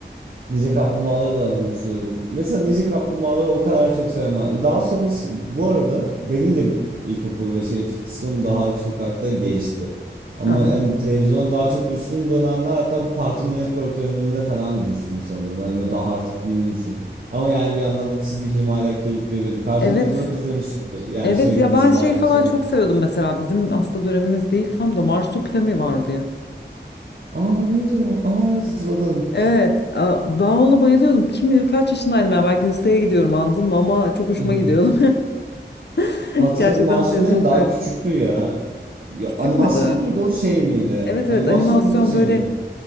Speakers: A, on the right (about 50°); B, on the left (about 65°).
A: Ninja Kaplumbağaları da anımsıyorum. Mesela Ninja Kaplumbağaları o kadar çok sevmem. Daha sonra ş- bu arada benim de ilkokul ve şey kısmım daha sokakta geçti. Ama
B: Aha.
A: yani televizyona daha çok düştüğüm dönemler hatta bu Cartoon Network döneminde falan düştüm sanırım. Hani böyle daha artık büyümüşüm. Ama yani bir yandan da çizgi film hala keyif veriyordu. Cartoon
B: Evet,
A: Network izlemişsindir. Yani
B: Evet
A: sürekli
B: ya
A: diziler,
B: ben şey falan
A: şeyler.
B: çok seviyordum mesela bizim hasta dönemimiz değil tam da Marsupilami vardı ya.
A: Aa neydi o? Aa evet hatırladım.
B: Evet a- ben ona bayılıyordum. Kim bilir kaç yaşındaydım ya belki liseye gidiyorum andın mı ama çok hoşuma
A: <laughs>
B: gidiyordu. <laughs>
A: Hatırladım.
B: Gerçekten
A: Marshmallow'in
B: televizyon
A: daha
B: karşısında.
A: küçüktü ya. Ya,
B: Küçük
A: animasyon
B: müdür?
A: muydu o şey miydi?
B: Evet
A: Animasyon
B: evet animasyon
A: muydu şey
B: böyle
A: miydi o?